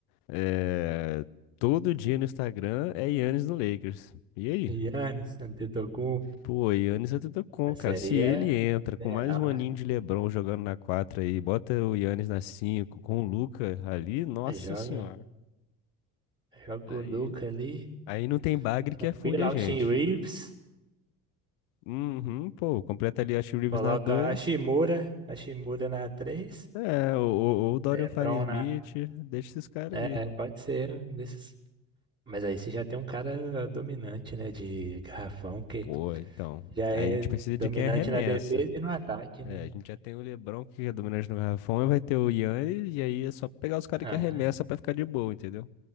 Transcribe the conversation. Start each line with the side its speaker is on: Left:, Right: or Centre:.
Left: É... Todo dia no Instagram é Yannis no Lakers. E aí?
Right: Giannis, Antetokounmpo,
Left: Pô, Giannis Antetokounmpo,
Right: mas
Left: cara.
Right: seria
Left: Se ele entra com
Right: ideal,
Left: mais um aninho
Right: né?
Left: de LeBron jogando na 4 aí, bota o Giannis na 5 com o Luca ali, nossa
Right: Joga,
Left: senhora.
Right: joga
Left: Aí,
Right: o Luka ali,
Left: aí não tem bagre
Right: tranquilo,
Left: que afunde a
Right: Austin
Left: gente.
Right: Reeves,
Left: Uhum, pô, completa ali a Austin Reeves
Right: coloca
Left: na 2.
Right: a Shimura, a Shimura na três
Left: É, ou o Dorian
Right: LeBron
Left: Finney-Smith,
Right: na...
Left: deixa esses caras
Right: É,
Left: aí.
Right: pode ser um desses. Mas aí você já tem um cara dominante, né, de garrafão, que
Left: Pô, então,
Right: já
Left: aí
Right: é
Left: a gente precisa de
Right: dominante
Left: quem arremessa.
Right: na defesa e no ataque,
Left: É,
Right: né?
Left: a gente já tem o LeBron que é dominante no garrafão, e vai ter o Giannis, e aí é só pegar os caras
Right: Ah,
Left: que arremessa pra ficar de boa, entendeu?